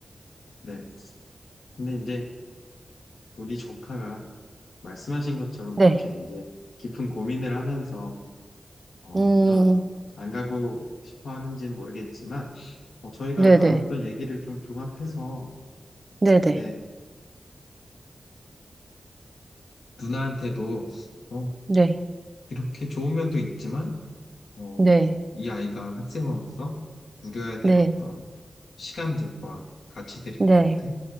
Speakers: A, on the left; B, on the right.
A: 네. 근데 이제 우리 조카가 말씀하신 것처럼
B: 네,
A: 그렇게 이제 깊은 고민을 하면서 어,
B: 음,
A: 이런 안 가고 싶어 하는지는 모르겠지만 어, 저희가
B: 네네,
A: 나눴던 얘기를 좀 종합해서
B: 네네,
A: 제 누나한테도 어,
B: 네,
A: 이렇게 좋은 면도 있지만 어,
B: 네,
A: 이 아이가 학생으로서 누려야 될
B: 네,
A: 어떤 시간들과 가치들이
B: 네.
A: 있는데